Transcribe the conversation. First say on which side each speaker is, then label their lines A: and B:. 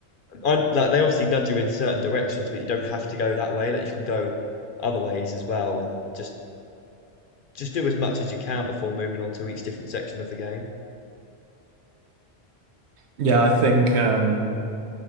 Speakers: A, on the left; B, on the right.
A: I like they obviously nudge you in certain directions, but you don't have to go that way. Like you can go other ways as well, and just Just do as much as you can before moving on to each different section of the game.
B: Yeah, I think um